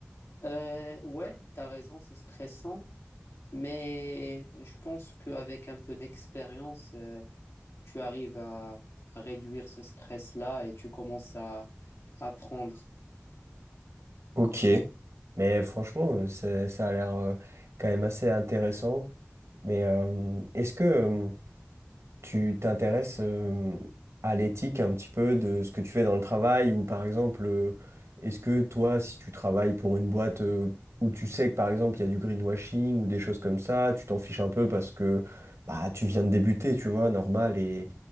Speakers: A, on the left; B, on the right.
A: euh, ouais, t'as raison, c'est stressant, mais je pense qu'avec un peu d'expérience, euh, tu arrives à réduire ce stress-là et tu commences à apprendre.
B: Ok. Mais franchement, euh, c'est- ça a l'air euh, quand même assez intéressant. Mais euh, est-ce que tu t'intéresses euh, à l'éthique un petit peu de ce que tu fais dans le travail ou par exemple, euh, est-ce que toi, si tu travailles pour une boîte euh, où tu sais que par exemple il y a du greenwashing ou des choses comme ça, tu t'en fiches un peu parce que bah, tu viens de débuter, tu vois, normal, et,